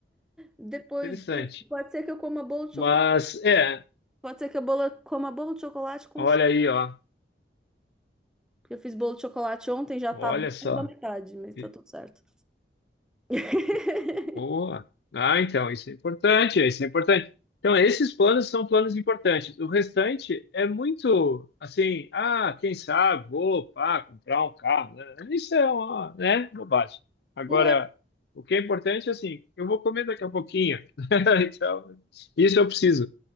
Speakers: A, in the centre; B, on the left (about 65°).
A: Depois
B: Interessante.
A: disso, pode ser que eu coma bolo de
B: Mas,
A: chocolate.
B: é,
A: Pode ser que eu bola- coma bolo de chocolate com
B: olha
A: chá.
B: aí, ó.
A: Porque eu fiz bolo de chocolate ontem, já
B: Olha
A: tá mais
B: só.
A: da metade, mas tá
B: E-
A: tudo certo. <laughs>
B: Boa. Ah, então, isso é importante, isso é importante. Então, esses planos são planos importantes. O restante é muito, assim, ah, quem sabe, vou, pá, comprar um carro. né? Isso é uma, né, bobagem. Agora,
A: Não,
B: o que é importante é assim, eu vou comer daqui a pouquinho. <laughs> Então, isso eu preciso,